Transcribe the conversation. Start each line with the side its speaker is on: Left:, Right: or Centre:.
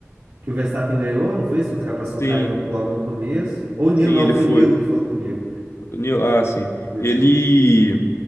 Right: Que o Verstappen ganhou, não foi isso? Ultrapassou o
Left: Sim,
Right: cara no- logo no começo. Ou o Nilo,
Left: sim,
Right: não,
Left: ele
Right: foi
Left: foi.
Right: Nilo que falou comigo.
Left: Nil- Ah, sim.
Right: Nilo
Left: Ele.
Right: falou.